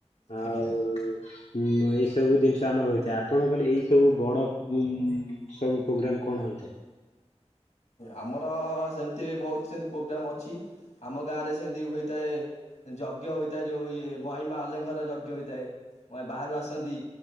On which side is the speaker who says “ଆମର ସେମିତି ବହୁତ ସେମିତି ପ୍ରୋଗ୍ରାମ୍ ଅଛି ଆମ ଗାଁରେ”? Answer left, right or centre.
Left